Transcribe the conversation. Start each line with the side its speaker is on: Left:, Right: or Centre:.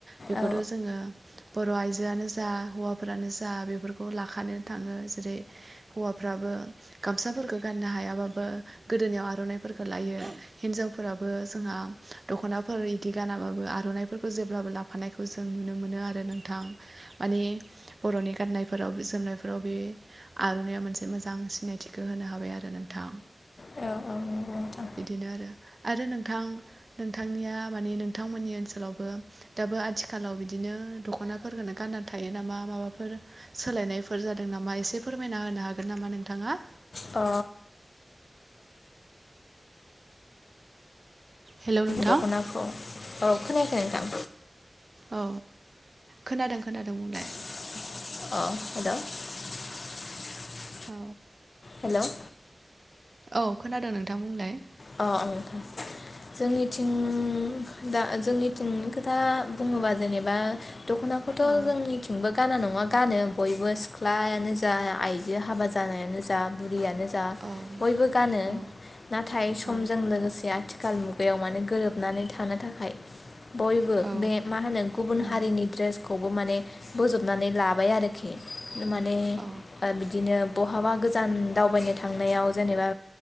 Right: बेखौथ'
Left: औ
Right: जोङो बर' आइजोआनो जा हौवाफोरानो जा बेफोरखौ लाखानानै थाङो जेरै हौवाफ्राबो गामसाफोरखौ गाननो हायाबाबो गोदोनायाव आर'नाइफोरखौ लायो। हिनजावफोराबो जोंहा दख'नाफोर इदि गानाबाबो आर'नाइफोरखौ जेब्लाबो ला फानायखौ जों नुनो मोनो आरो नोंथां। माने बर'नि गाननायफोराव जोमनायफोराव बे आर'नाया मोनसे मोजां सिनायथिखौ होनो हाबाय आरो नोंथां।
Left: औ नंगौ नोंथां
Right: बिदिनो आरो आरो नोंथां नोंथांनिया माने नोंथांमोननि ओनसोलावबो दाबो आथिखालाव बिदिनो दख'नाफोरखो गाननानै थायो नामा माबाफोर सोलायनायफोर जादों नामा एसे फोरमायना होनो हागोन नामा नोंथाङा?
Left: अ
Right: हेलौ नोंथां
Left: दख'नाखौ औ खोनायाखै नोंथां?
Right: औ खोनादों खोनादों बुंलाय?
Left: <inaudible> अ हेद' <inaudible>
Right: औ
Left: हेल'
Right: औ खोनादों नोंथां बुंलाय?
Left: अ ओं नोंथां। जोंनिथिं दा जोंनिथिंनि खोथा बुङोबा जेनेबा दख'नाखौथ'
Right: औ
Left: जोंनिथिंबो गाना नङा गानो बयबो सि ख्लायानो जा आइजो हाबा जानायानो जा बुरियानो जा
Right: औ
Left: बयबो गानो।
Right: औ
Left: नाथाय समजों
Right: औ
Left: लोगोसे आथिखाल मुगायाव माने गोरोबनानै थानो थाखाय। बयबो
Right: औ
Left: बे मा होनो गुबुन
Right: उम,
Left: हारिनि ड्रेसखौबो माने बोजबनानै लाबाय आरो। <unintelligible> माने
Right: औ
Left: ओ बिदिनो बहाबा गोजान दावबायनो थांनायाव जेनेबा